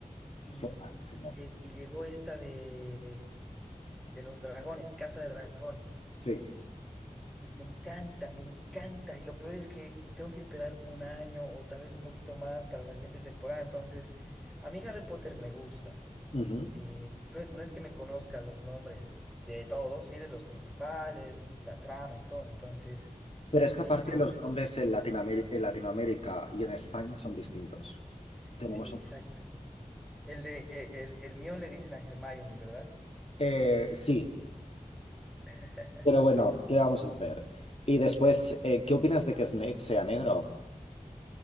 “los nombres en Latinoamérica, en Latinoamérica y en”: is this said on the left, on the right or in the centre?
Left